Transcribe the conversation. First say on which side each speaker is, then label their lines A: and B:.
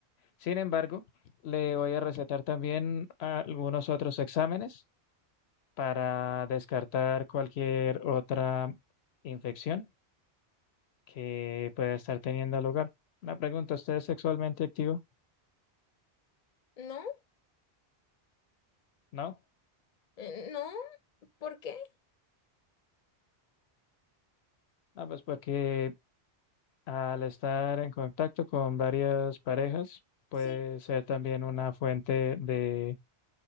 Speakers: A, on the left; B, on the left.
A: Sin embargo, le voy a recetar también algunos otros exámenes para descartar cualquier otra infección que pueda estar teniendo lugar. Una pregunta, ¿usted es sexualmente activo?
B: no,
A: No.
B: eh, no, ¿por qué?
A: Ah, pues porque al estar en contacto con varias parejas puede
B: Sí.
A: ser también una fuente de